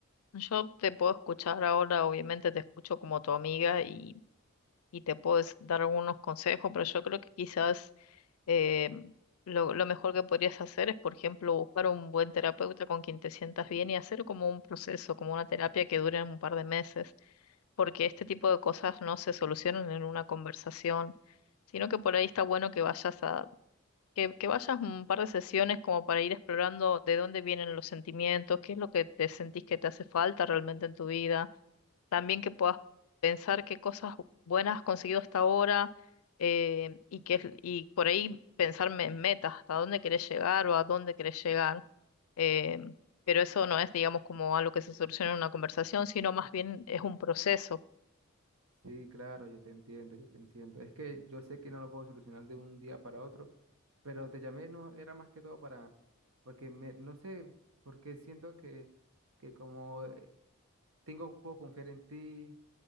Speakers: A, on the left (about 80°); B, on the right (about 75°).
A: Yo te puedo escuchar ahora, obviamente te escucho como tu amiga y, y te puedo des- dar algunos consejos, pero yo creo que quizás eh, lo, lo mejor que podrías hacer es, por ejemplo, buscar un buen terapeuta con quien te sientas bien y hacer como un proceso, como una terapia que dure un par de meses, porque este tipo de cosas no se solucionan en una conversación, sino que por ahí está bueno que vayas que, que vayas un par de sesiones como para ir explorando de dónde vienen los sentimientos, qué es lo que te sentís que te hace falta realmente en tu vida, también que puedas pensar qué cosas buenas has conseguido hasta ahora eh, y, que, y por ahí pensarme en metas, hasta dónde querés llegar o a dónde querés llegar. eh, pero eso no es, digamos, como algo que se soluciona en una conversación, sino más bien es un proceso.
B: Sí, claro, yo te entiendo, yo te entiendo. Es que yo sé que no lo puedo solucionar de un día para otro, pero te llamé, no era más que todo para, porque me, no sé, porque siento que, que como eh, tengo, puedo confiar en ti,